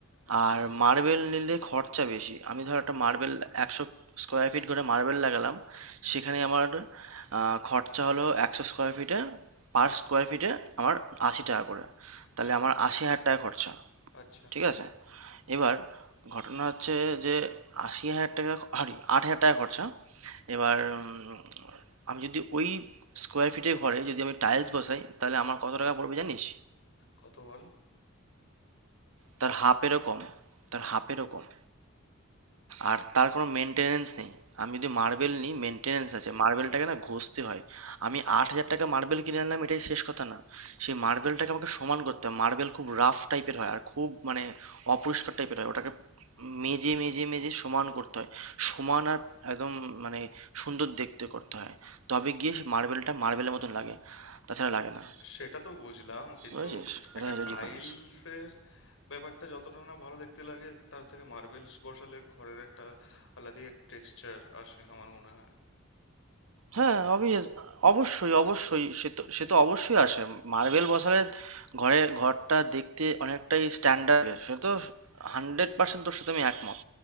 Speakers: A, on the left (about 65°); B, on the right (about 85°).
A: আচ্ছা
B: আর মার্বেল নিলে খরচা বেশি আমি ধর একটা মার্বেল একশো স্কোয়ার ফিট করে মার্বেল লাগালাম সেখানে আমার আহ, খরচা হলো একশো স্কোয়ার ফিটে পার স্কোয়ার ফিটে আমার আশি টাকা করে
A: আচ্ছা
B: তাহলে আমার আশি হাজার টাকা খরচা
A: আচ্ছা
B: ঠিক আছে? এবার ঘটনা হচ্ছে যে ৳৮০,০০০ সরি ৳৮,০০০ খরচা। এবার উম আমি যদি ওই স্কোয়ার ফিটের ঘরে যদি আমি টাইলস বসাই তাহলে আমার কত টাকা পড়বে জানিস?
A: কত বল
B: তার হাফ এরও কম, তার হাফ এরও কম। আর তার কোনো মেনটেনেন্স নেই আমি যদি মার্বেল নিই মেনটেনেন্স আছে মার্বেলটাকে না ঘষতে হয় আমি আট হাজার টাকা মার্বেল কিনে আনলাম এটাই শেষ কথা না সেই মার্বেলটাকে আমাকে সমান করতে হয় মার্বেল খুব রাফ টাইপের হয় আর খুব মানে অপরিষ্কার টাইপের হয় ওটাকে মেজে মেজে মেজে সমান করতে হয় সমান আর একদম মানে সুন্দর দেখতে করতে হয় তবে গিয়ে সে মার্বেলটা মার্বেলের মতন লাগে তাছাড়া লাগে না
A: সেটা তো বুঝলাম কিন্তু
B: বুঝেছিস এটা
A: একটা
B: হচ্ছে
A: টাইলসের
B: ডিফারেন্স
A: ব্যাপারটা যতটা না ভালো দেখতে লাগে তার থেকে মার্বেলস বসালে ঘরের একটা আলাদাই এক টেক্সচার আসে আমার মনে হয়
B: হ্যাঁ অবভিয়াস অবশ্যই অবশ্যই সে তো সে তো অবশ্যই আসে মার্বেল বসালে ঘরের ঘরটা দেখতে অনেকটাই স্ট্যান্ডার্ড সে তো হান্ড্রেড পার্সেন্ট তোর সাথে আমি একমত